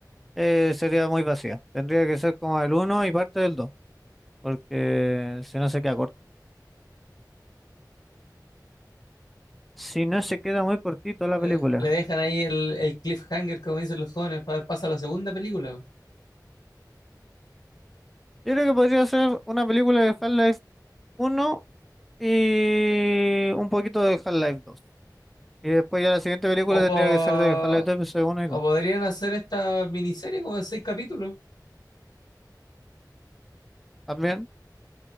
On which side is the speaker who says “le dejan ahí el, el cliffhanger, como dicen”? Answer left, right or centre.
Left